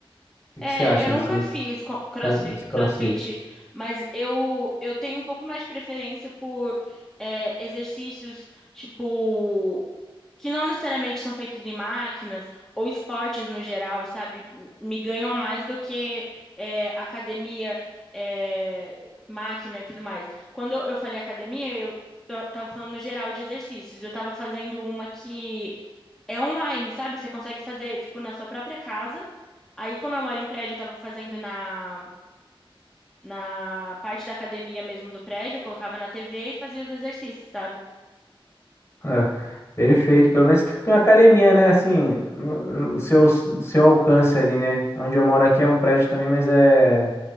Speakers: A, on the left; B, in the centre.
A: que
B: É,
A: que você acha
B: eu nunca
A: desse,
B: fiz co- crossfit,
A: tá, desse
B: crossfit,
A: CrossFit?
B: mas eu, eu tenho um pouco mais de preferência por é, exercícios, tipo, que não necessariamente são feitos em máquinas, ou esportes no geral, sabe? M- Me ganham mais do que é, academia, é, máquina e tudo mais. Quando eu falei academia, eu ta- tava falando no geral de exercícios. Eu tava fazendo uma que é online, sabe? Você consegue fazer, tipo, na sua própria casa. Aí, como eu moro em prédio, eu tava fazendo na, na parte da academia mesmo do prédio, eu colocava na TV e fazia os exercícios, sabe?
A: Ah, Perfeito, pelo menos tem uma academia, né? Assim, no no seu, no seu alcance ali, né? Onde eu moro aqui é um prédio também, mas é